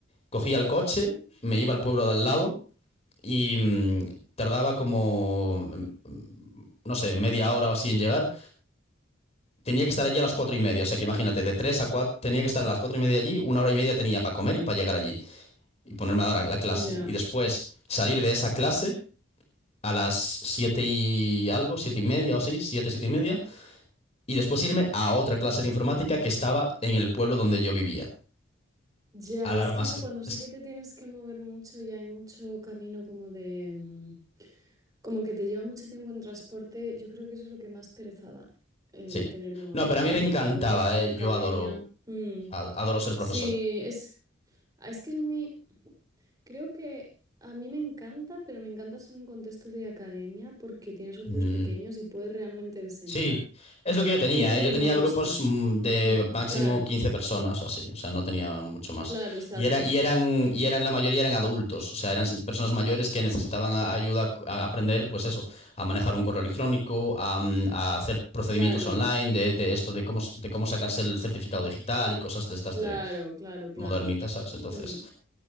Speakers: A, on the left (about 30°); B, on the right (about 20°).
A: cogía el coche, me iba al pueblo de al lado y mm, tardaba como, em, no sé, media hora o así en llegar. Tenía que estar allí a las cuatro y media, o sea que imagínate, de tres a cuatro, tenía que estar a las cuatro y media allí, una hora y media tenía para comer y para llegar allí y ponerme a dar la clase.
B: ya.
A: Y después salir de esa clase a las siete y algo, siete y media o sí, siete, siete y media, y después irme a otra clase de informática que estaba en el pueblo donde yo vivía,
B: Ya,
A: a dar
B: es
A: más.
B: que eso
A: cl-
B: cuando sí
A: es-
B: que te tienes que mover mucho y hay mucho camino como de... mm, Como que te lleva mucho tiempo en transporte, yo creo que eso es lo que más pereza da, el
A: Sí.
B: tener que moverte,
A: No, pero a mí
B: porque
A: me encantaba,
B: yo a veces con
A: eh,
B: mi academia...
A: Yo adoro,
B: mm,
A: a- adoro ser
B: sí,
A: profesor.
B: es... ah, Es que es muy... Creo que a mí me encanta, pero me encanta solo en contexto de academia porque tienes grupos
A: Mm.
B: pequeños y puedes realmente enseñar.
A: Sí, es lo que yo tenía,
B: Y eso es lo
A: ¿eh? Yo
B: que
A: tenía
B: me gusta.
A: grupos mm, de
B: Mm,
A: máximo
B: claro,
A: 15 personas o así, o sea, no tenía mucho más.
B: claro, exacto.
A: Y era, y eran, y eran, la mayoría eran adultos, o sea, eran se- personas mayores que necesitaban a- ayuda a aprender, pues eso, a manejar un correo electrónico, a, mm, a hacer procedimientos
B: Claro,
A: online de, de esto, de cómo, s- de cómo sacarse el certificado digital y cosas de estas
B: Claro,
A: de
B: claro, claro.
A: modernitas, ¿sabes? Entonces,
B: Mm.